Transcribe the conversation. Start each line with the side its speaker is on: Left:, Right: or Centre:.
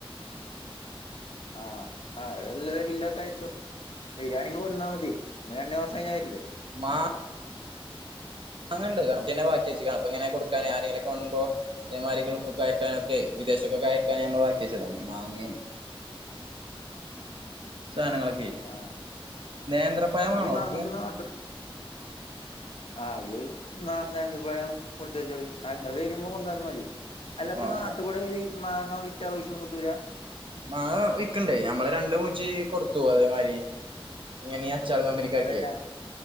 Left: ആഹ് ആഹ് എല്ല ഇല്ലൊക്കെ അഴച്ചു വരാണങ്കി കൊണ്ടുന്നാ മതി ഇങ്ങ രണ്ട് മാസം കഴിഞ്ഞ വരില്ലേ
Right: മാ മാങ്ങണ്ട് കണ്ക് ബാക്കി വെച്ചക്കാ അപ്പങ്ങനെ കൊടുക്കാന് ആരെങ്കിലൊക്കെ വന്നുമ്പോ ഇതേമാരി ഗൾഫുക്ക് അയക്കാനൊക്കെ വിദേശൊക്കെ യക്കാനെ നമ്മൾ ബാക്കി വെച്ചതാ മാങ്ങേം സാധനങ്ങളൊക്കെ
Left: ആഹ്
Right: നേന്ത്രപയവേണോ
Left: അപ്പൊ ഈ
Right: അവിടക്ക്
Left: ഞങ്ങക്ക് നാട്ട്
Right: <inaudible>
Left: ആഹ് ത് ന്നാനേന്തപയം കൊടുത്തയചാളി ആ ങ്ങള്വരുമ്പോ കൊട്ന്നാലും മതി അല്ലപ്പ
Right: ആഹ്
Left: നാട്ട്കൂടെ ഇ മാങ്ങാ വിറ്റാ പൈസ ഒന്നും കിട്ടൂല?
Right: മാങ്ങ വിക്കണ്ട് നമ്മള് രണ്ട് മൂച്ചി കൊടുത്തു അതേമാരി ഇങ്ങനീ അച്ചാർ കമ്പനിക്കാക്കിയോ
Left: അതല്ല